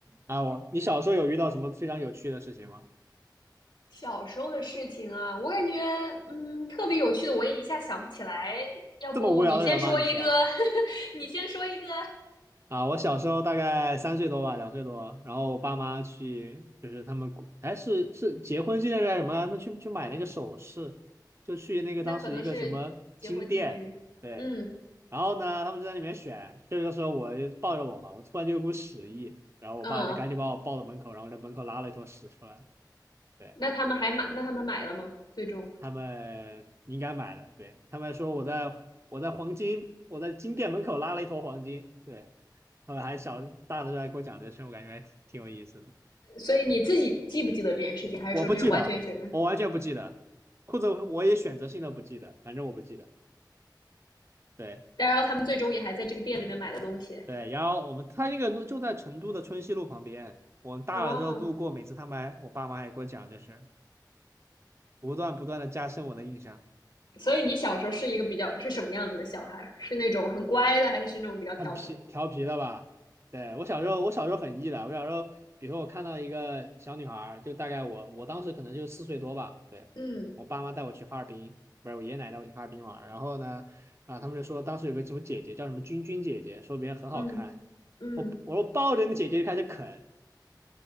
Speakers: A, on the right (about 35°); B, on the left (about 85°).
A: 啊，我，你小时候有遇到什么非常有趣的事情吗？
B: 小时候的事情啊，我感觉嗯特别有趣的，我也一下想不起来。要不你先说一个，
A: 这么无聊的人吗？你是啊
B: <laughs> 你先说一个，
A: 啊！我小时候大概三岁多吧，两岁多，然后我爸妈去，就是他们哎是是结婚纪念日还是什么，他们去去买那个首饰，就去那个当时一个什么金店，
B: 那可能是结婚纪念日。
A: 对，
B: 嗯
A: 然后呢他们就在里面选，这个时候我就抱着我嘛，我突然就有股屎意，然后我爸就赶紧把我抱到门口，
B: 嗯，
A: 然后在门口拉了一坨屎出来。对。
B: 那他们还买，那他们买了吗？最终，
A: 他们应该买了，对，他们说我在我在黄金我在金店门口拉了一坨黄金，对，他们还小大的时候还跟我讲这事，我感觉还挺挺有意思的。
B: 所以你自己记不记得这件事情，还是说这是完全是？
A: 我不记得，我完全不记得，或者我也选择性的不记得，反正我不记得。对
B: 但然后他们最终也还在这个店里面买了东西。
A: 对，然后我们他那个路就在成都的春熙路旁边，我们大了之后路过，
B: 哦，
A: 每次他们还我爸妈还给我讲这事儿，不断不断的加深我的印象。
B: 所以你小时候是一个比较是什么样子的小孩儿？是那种很乖的，还是是那种比较调皮的
A: 很皮调皮的吧？对，我小时候，我小时候很 E 的。我小时候，比如说我看到一个小女孩儿，就大概我我当时可能就四岁多吧。对，
B: 嗯
A: 我爸妈带我去哈尔滨，不是我爷爷奶奶带我去哈尔滨玩儿。然后呢，啊，他们就说当时有个什么姐姐叫什么君君姐姐，说别人很好看。
B: 嗯嗯。
A: 我我说抱着你姐姐就开始啃，